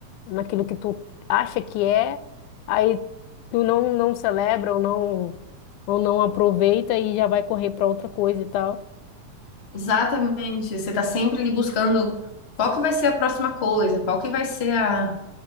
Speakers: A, on the left; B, on the left.
A: naquilo que tu acha que é, aí tu não não celebra ou não ou não aproveita e já vai correr para outra coisa e tal.
B: Exatamente. Você tá sempre ali buscando qual que vai ser a próxima coisa, qual que vai ser a